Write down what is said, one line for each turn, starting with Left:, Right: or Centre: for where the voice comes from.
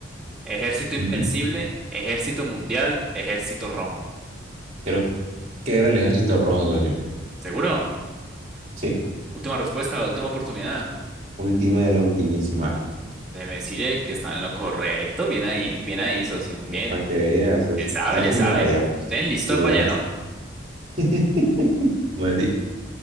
Centre: Ejército Invencible,
Right: Ujú.
Centre: Ejército Mundial, Ejército Rojo.
Right: Creo que era el ejército rojo, socio.
Centre: ¿Seguro?
Right: Sí,
Centre: Última respuesta, la última oportunidad.
Right: última de las ultimísimas.
Centre: Déjeme decirle que está en lo correcto. Bien ahí, bien ahí, socio. Bien.
Right: Para que veas, eso.
Centre: Le sabe,
Right: Ah,
Centre: le
Right: sí
Centre: sabe.
Right: me las había.
Centre: Usted enlistó
Right: Sí,
Centre: para
Right: ya.
Centre: allá, ¿no?
Right: <laughs> Bueno,